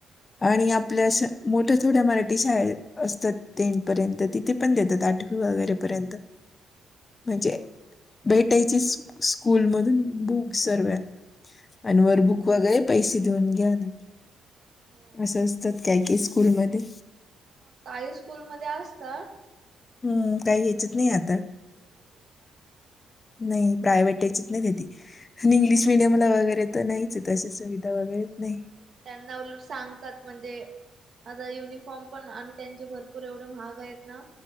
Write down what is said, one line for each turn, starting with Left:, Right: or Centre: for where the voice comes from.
Left: आणि आपल असं मोठ्या थोड्या मराठी शाळेत असतात टेन पर्यंत तिथे पण देतात आठ वगैरेपर्यंत. म्हणजे
Right: हा
Left: भेटायची स्कूल मधून बुक सर्व्या. अन वर
Right: हा
Left: बुक वगैरे पैसे देऊन घ्याना.
Right: हो
Left: असं असतात काय केस स्कूलमध्ये.
Right: हा काही स्कूलमध्ये असता.
Left: हम्म काही
Right: प्रायव्हेट
Left: याच्यात नाही आता
Right: स्कूल मध्ये नाय देत ना.
Left: नाई प्रायव्हेट याच्यात नाय देती. आणि इंग्लिश मिडियमला वगैरे तर नाहीचयेत अशी सुविधा वगैरे. नाही
Right: नाहीत त्यांना उलट सांगतात म्हणजे आता युनिफॉर्म पण आणि त्यांचे भरपूर एवढे महाग येत ना.